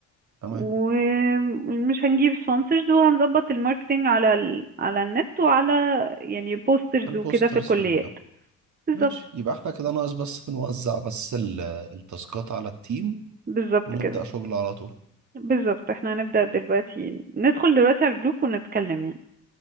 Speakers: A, on the right; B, on the right.
A: تمام
B: ومش هنجيب سبونسرز وهنظبط الماركتينج على ال... على النت وعلى يعني بوسترز
A: البوسترز
B: وكده في الكليات
A: في الجامعة
B: بالظبط
A: ماشي يبقى احنا كده ناقص بس نوزع بس ال- التاسكات على التيم
B: بالظبط
A: ونبدأ
B: كده
A: شغل على طول
B: بالظبط احنا هنبدأ دلوقتي ندخل دلوقتي على الجروب ونتكلم يعني